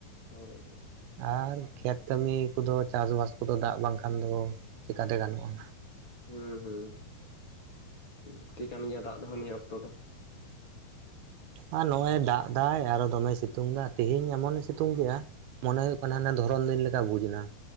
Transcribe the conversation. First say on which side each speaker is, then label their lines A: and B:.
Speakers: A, on the left; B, on the right.
A: ᱦᱳᱭ ᱦᱳᱭ
B: ᱟᱨ ᱠᱷᱮᱛ ᱠᱟᱹᱢᱤ ᱠᱚᱫᱚ ᱪᱟᱥᱵᱟᱥ ᱠᱚᱫᱚ ᱫᱟᱜ ᱵᱟᱝᱠᱷᱟᱱ ᱫᱚ ᱪᱮᱠᱟᱛᱮ ᱜᱟᱱᱚᱜᱼᱟ᱾
A: ᱦᱩᱸ ᱦᱩᱸ ᱞᱟᱹᱠᱛᱤ ᱠᱟᱱ ᱜᱮᱭᱟ ᱫᱟᱜ ᱫᱚ ᱦᱟᱸᱜ ᱱᱤᱭᱟᱹ ᱚᱠᱛᱚ ᱫᱚ ᱾
B: ᱟᱨ ᱱᱚᱜᱼᱚᱭ ᱫᱟᱜ ᱫᱟᱭ ᱟᱨᱚ ᱫᱚᱢᱮ ᱥᱤᱛᱩᱝ ᱮᱫᱟ ᱛᱤᱦᱤᱧ ᱮᱢᱚᱱᱮ ᱥᱤᱛᱩᱝ ᱠᱮᱫᱟ ᱢᱚᱱᱮ ᱦᱩᱭᱩᱜ ᱠᱟᱱᱟ ᱦᱟᱱᱮ ᱫᱷᱚᱨᱚᱱ ᱫᱤᱱ ᱞᱮᱠᱟ ᱵᱩᱡᱽ ᱮᱱᱟ ᱾